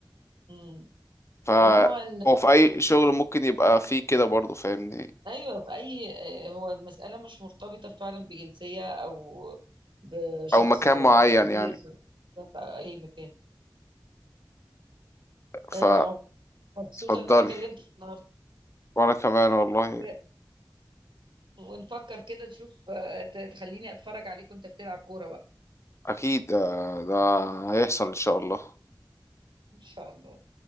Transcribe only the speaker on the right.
امم
عموما
ايوه في اي آه، هو المسألة مش مرتبطة فعلا بجنسية او بشخص
آه،
كبير
بالظبط، أو اي مكان
آه، مبسوطة
ان انا كلمت النهارده
و- ونفكر كده نشوف آه، ت- تخليني اتفرج عليك وانت بتلعب كورة بقى
ان شاء الله